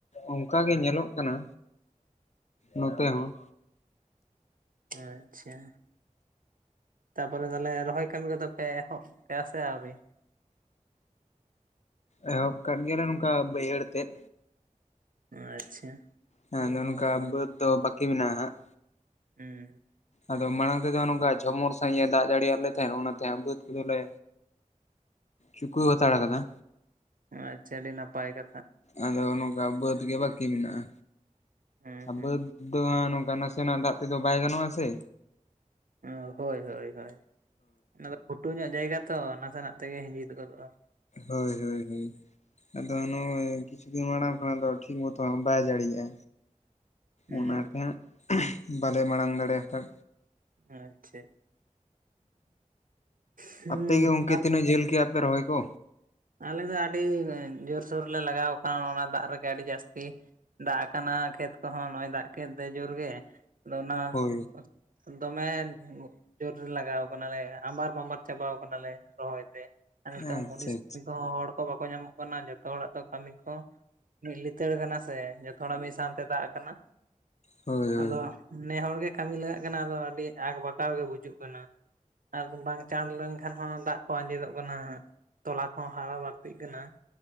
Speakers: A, on the left; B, on the right.
A: ᱚᱱᱠᱟ ᱜᱮ ᱧᱮᱞᱚᱜ ᱠᱟᱱᱟ ᱱᱚᱛᱮ ᱦᱚᱸ᱾
B: ᱟᱪᱪᱷᱟ ᱾ ᱛᱟᱯᱚᱨᱮ ᱛᱟᱦᱚᱞᱮ ᱨᱚᱦᱚᱭ ᱠᱟᱹᱢᱤ ᱠᱚᱫᱚ ᱯᱮ ᱮᱦᱚᱵ ᱠᱮᱜ-ᱟ ᱥᱮ ᱟᱨᱣᱨᱤ?
A: ᱮᱦᱚᱵ ᱠᱟᱜ ᱜᱮᱭᱟᱞᱮ ᱱᱚᱠᱟ ᱵᱟᱹᱭ ᱛᱮᱫ,
B: ᱟᱪᱪᱷᱟ ᱾
A: ᱦᱮᱸ ᱟᱫᱚ ᱱᱚᱝᱠᱟ ᱵᱟᱹᱫᱽ ᱫᱚ ᱵᱟᱠᱤ ᱢᱮᱱᱟᱜ-ᱟ ᱦᱟᱸᱜ᱾
B: ᱦᱩᱸ᱾
A: ᱟᱫᱚ ᱢᱟᱲᱟᱝ ᱛᱮᱫᱚ ᱱᱚᱝᱠᱟ ᱡᱷᱚᱢᱚᱨ ᱥᱟᱺᱦᱤᱡ ᱮ ᱫᱟᱜ ᱡᱟᱹᱲᱤᱭᱟᱞᱮ ᱛᱟᱦᱮᱸᱫ ᱚᱱᱟᱛᱮ ᱵᱟᱹᱫᱽ ᱠᱚᱫᱚ ᱞᱮ ᱪᱩᱠᱩᱣ ᱦᱟᱛᱟᱲ ᱠᱟᱱᱟ᱾
B: ᱟᱪᱪᱷᱟ ᱟᱹᱰᱤ ᱱᱟᱯᱟᱭ ᱠᱟᱛᱷᱟ ᱾
A: ᱟᱫᱚ ᱱᱚᱝᱠᱟ ᱵᱟᱹᱫᱽ ᱜᱮ ᱵᱟᱠᱤ ᱢᱮᱱᱟᱜ-ᱟ᱾
B: ᱦᱩᱸ ᱦᱩᱸ
A: ᱵᱟᱹᱫᱽ ᱫᱚ ᱱᱚᱝᱠᱟ ᱱᱟᱥᱮ ᱱᱟᱜ ᱫᱟᱜ ᱛᱮᱫᱚ ᱵᱟᱭ ᱜᱟᱱᱚᱜ ᱟᱥᱮ᱾
B: ᱚ ᱦᱳᱭ ᱦᱳᱭ ᱦᱳᱭ ᱚᱱᱟᱫᱚ ᱜᱷᱩᱴᱩ ᱧᱚᱜ ᱡᱟᱭᱜᱟ ᱛᱚ ᱱᱟᱥᱮ ᱱᱟᱜ ᱛᱮᱜᱮ ᱦᱤᱸᱡᱤᱫ ᱜᱚᱫᱚᱜ-ᱟ᱾
A: ᱦᱳᱭ ᱦᱳᱭ ᱦᱳᱭ ᱾ ᱟᱫᱚ ᱱᱚ-ᱚᱭ ᱠᱤᱪᱷᱩ ᱫᱤᱱ ᱢᱟᱲᱟᱝ ᱠᱷᱚᱱᱟᱜ ᱫᱚ ᱴᱷᱤᱠ ᱢᱚᱛᱚ ᱵᱟᱭ ᱡᱟᱲᱤᱮᱟ᱾
B: ᱦᱩᱸ
A: ᱚᱱᱟᱛᱮ ᱦᱟᱸᱜ ᱵᱟᱞᱮ ᱢᱟᱲᱟᱝ ᱫᱟᱲᱮ ᱦᱟᱛᱟᱲ
B: <inaudible> ᱦᱩᱸ
A: ᱟᱯᱮ ᱜᱮ ᱜᱚᱢᱠᱮ
B: ᱟᱨ
A: ᱛᱤᱱᱟ ᱡᱷᱟᱹᱞ ᱠᱮᱜ ᱟᱯᱮ ᱨᱚᱦᱚᱭ ᱠᱚ?
B: ᱟᱞᱮ ᱫᱚ ᱟᱹᱰᱤ ᱡᱳᱨᱥᱳᱨᱞᱮ ᱞᱟᱜᱟᱣ ᱠᱟᱱᱟ ᱚᱱᱟ ᱫᱟᱜ ᱨᱮᱜᱮ ᱟᱹᱰᱤ ᱡᱟᱹᱥᱛᱤ ᱾ ᱫᱟᱜ ᱠᱟᱱᱟ ᱠᱷᱮᱛ ᱠᱚᱦᱚᱸ ᱱᱚ-ᱚᱭ ᱫᱟᱜ ᱠᱮᱫ ᱫᱚ ᱡᱳᱨᱜᱮ ᱟᱫᱚ ᱚᱱᱟ-
A: ᱦᱳᱭ
B: ᱫᱚᱢᱮ- ᱡᱳᱨ ᱨᱮ ᱞᱟᱜᱟᱣ ᱠᱟᱱᱟᱞᱮ ᱟᱢᱵᱟᱨ ᱵᱟᱢᱟᱨ ᱪᱟᱵᱟᱣ ᱠᱟᱱᱟᱞᱮ ᱨᱚᱦᱚᱭ ᱛᱮ ᱟᱨ ᱱᱤᱛᱚᱝ
A: ᱟᱪᱪᱷᱟ
B: ᱢᱩᱱᱤᱥ
A: ᱟᱪᱪᱷᱟ
B: ᱠᱟᱹᱢᱤ ᱠᱚᱦᱚᱸ ᱦᱚᱲ ᱠᱚ ᱵᱟᱠᱚ ᱧᱟᱢᱚᱜ ᱠᱟᱱᱟ ᱡᱚᱛᱚ ᱦᱚᱲᱟᱜ ᱫᱚ ᱠᱟᱹᱢᱤ ᱠᱚ ᱢᱤᱫ ᱞᱤᱛᱟᱹᱲ ᱠᱟᱱᱟ ᱾ ᱥᱮ ᱡᱚᱛᱚ ᱦᱚᱲᱟᱜ ᱢᱤᱫ ᱥᱟᱶᱛᱮ ᱫᱟᱜ ᱠᱟᱱᱟ,
A: ᱦᱳᱭ ᱦᱳᱭ
B: ᱟᱫᱚ ᱱᱮ ᱦᱚᱲ ᱜᱮ ᱠᱟᱹᱢᱤ ᱞᱟᱜᱟᱜ ᱠᱟᱱᱟ ᱟᱫᱚ ᱟᱹᱰᱤ ᱟᱠᱵᱟᱠᱟᱣ ᱜᱮ ᱵᱩᱡᱩᱜ ᱠᱟᱱᱟ ᱾ ᱟᱨ ᱵᱟᱝ ᱪᱟᱬ ᱞᱮᱱᱠᱷᱟᱱ ᱦᱚᱸ ᱫᱟᱜ ᱠᱚ ᱟᱸᱡᱮᱫᱚᱜ ᱠᱟᱱᱟ ᱛᱚᱞᱟ ᱠᱚᱦᱚᱸ ᱦᱟᱨᱟ ᱵᱟᱹᱲᱛᱤᱜ ᱠᱟᱱᱟ ᱾